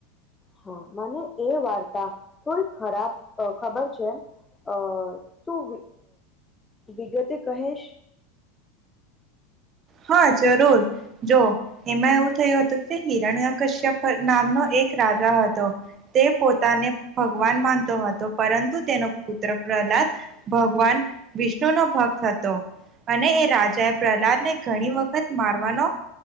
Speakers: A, on the left; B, on the right.
A: હા મને એ વાર્તા થોડી ખરાબ ખબર છે. અ તું વિગતે કહેશ.
B: હા જરૂર, જો એમાં એવું થયું હતું કે હિરણકશ્ય નામનો એક રાજા હતો. તે પોતાને ભગવાન માનતો હતો પરંતુ તેનો પુત્ર પ્રહલાદ ભગવાન વિષ્ણુ નો ભક્ત હતો, અને એ રાજા એ પ્રહલાદ ને ઘણી વખત મારવાનો,